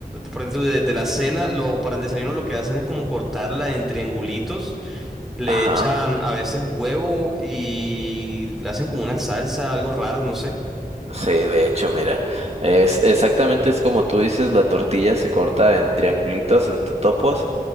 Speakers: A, in the centre; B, on the right (about 40°).
A: por ejemplo, de, de la cena, lo, para el desayuno lo que hacen es como cortarla en triangulitos Le
B: Ajá.
A: echan a veces huevo y le hacen como una salsa, algo raro, no sé,
B: Sí, de hecho, mira, es exactamente es como tú dices, la tortilla se corta en triangulitos, en tu- topos,